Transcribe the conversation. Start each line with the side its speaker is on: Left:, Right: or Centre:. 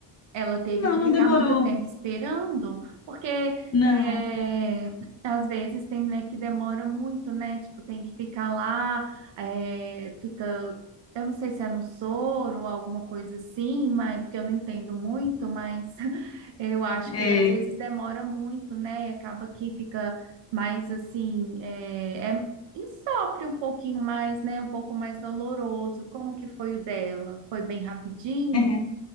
Right: Ela teve
Left: Não,
Right: que
Left: não
Right: ficar
Left: demorou.
Right: muito tempo esperando, porque é,
Left: Não.
Right: às vezes tem mulher que demora muito, né? Tipo, tem que ficar lá, é, fica, eu não sei se é no soro ou alguma coisa assim, mas porque eu não entendo muito, mas <laughs> eu acho
Left: É,
Right: que às vezes demora muito, né? E acaba que fica mais assim, é, é- e sofre um pouquinho mais, né? Um pouco mais doloroso. Como que foi o dela? Foi bem rapidinho?
Left: é.